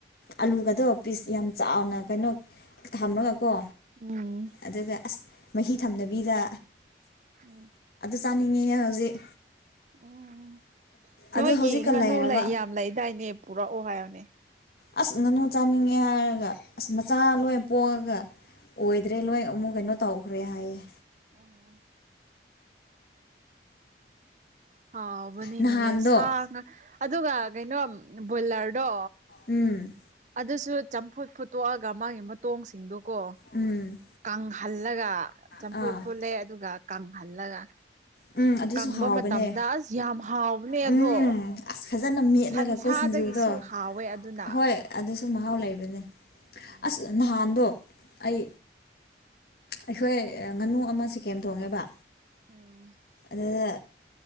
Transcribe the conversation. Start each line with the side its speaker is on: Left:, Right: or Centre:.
Left: ꯑꯂꯨꯒꯗꯣ ꯄꯤꯁ ꯌꯥꯝ ꯆꯥꯎꯅ ꯀꯩꯅꯣ ꯊꯝꯂꯒꯀꯣ
Right: ꯎꯝ
Left: ꯑꯗꯨꯒ ꯑꯁ ꯃꯍꯤ ꯊꯝꯗꯕꯤꯗ
Right: ꯑꯣ
Left: ꯆꯥꯅꯤꯡꯉꯦ ꯍꯧꯖꯤꯛ
Right: ꯎꯝ ꯅꯣꯏꯒꯤ
Left: ꯑꯗꯨ ꯍꯧꯖꯤꯛꯀ
Right: ꯉꯥꯅꯨ
Left: ꯂꯩꯔꯕ
Right: ꯂꯩ ꯌꯥꯝ ꯂꯩꯗꯥꯏꯅꯦ ꯄꯨꯔꯛꯑꯣ ꯍꯥꯏꯌꯣꯅꯦ
Left: ꯑꯁ ꯉꯥꯅꯨ ꯆꯥꯅꯤꯡꯉꯦ ꯍꯥꯏꯔꯒ ꯑꯁ ꯃꯆꯥ ꯂꯣꯏ ꯄꯣꯛꯑꯒ ꯑꯣꯏꯗ꯭ꯔꯦ ꯂꯣꯏ ꯑꯃꯨꯛ ꯀꯩꯅꯣ ꯇꯧꯈ꯭ꯔꯦ ꯍꯥꯏꯌꯦ
Right: ꯎꯝ ꯍꯥꯎꯕꯅꯦꯅꯦ
Left: ꯅꯍꯥꯟꯗꯣ
Right: ꯁꯥ ꯑꯗꯨꯒ ꯀꯩꯅꯣ ꯕꯣꯏꯂꯔꯗꯣ
Left: ꯎꯝ
Right: ꯑꯗꯨꯁꯨ ꯆꯝꯐꯨꯠ ꯐꯨꯠꯇꯣꯛꯑꯒ ꯃꯥꯒꯤ ꯃꯇꯣꯡꯁꯤꯡꯗꯨꯀꯣ
Left: ꯎꯝ
Right: ꯀꯪꯍꯜꯂꯒ ꯆꯝꯐꯨꯠ
Left: ꯑꯥ
Right: ꯐꯨꯠꯂꯦ ꯑꯗꯨꯒ ꯀꯪꯍꯜꯂꯒ
Left: ꯎꯝ ꯑꯗꯨꯁꯨ
Right: ꯀꯪꯕ
Left: ꯍꯥꯎꯕꯅꯦ
Right: ꯃꯇꯝꯗ ꯑꯁ ꯌꯥꯝ ꯍꯥꯎꯕꯅꯦ
Left: ꯎꯝ
Right: ꯑꯗꯣ
Left: ꯑꯁ ꯐꯖꯅ ꯃꯦꯠꯂꯒꯀꯣ
Right: ꯁꯟꯁꯥꯗꯒꯤꯁꯨ
Left: ꯁꯤꯡꯖꯨꯗꯣ
Right: ꯍꯥꯎꯋꯦ ꯑꯗꯨꯅ
Left: ꯍꯣꯏ ꯑꯗꯨꯁꯨ ꯃꯍꯥꯎ ꯂꯩꯕꯅꯦ
Right: ꯎꯝ
Left: ꯑꯁ ꯅꯍꯥꯟꯗꯣ ꯑꯩ ꯑꯩꯈꯣꯏ ꯉꯥꯅꯨ ꯑꯃ ꯁꯤꯀꯦꯝ ꯊꯣꯡꯉꯦꯕ
Right: ꯎꯝ
Left: <unintelligible> ꯑꯗꯨꯗ